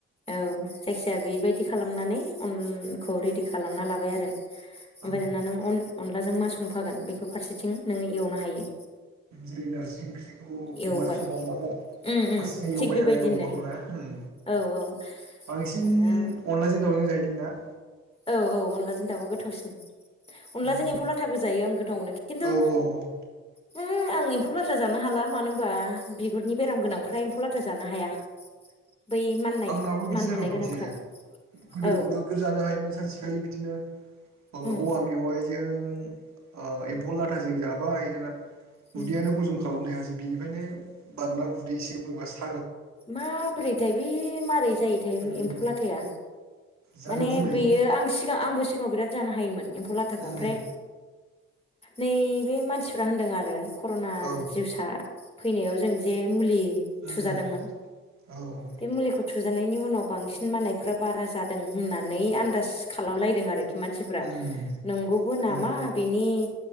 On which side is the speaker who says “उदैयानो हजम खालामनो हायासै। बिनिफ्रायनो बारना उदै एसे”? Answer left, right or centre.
Right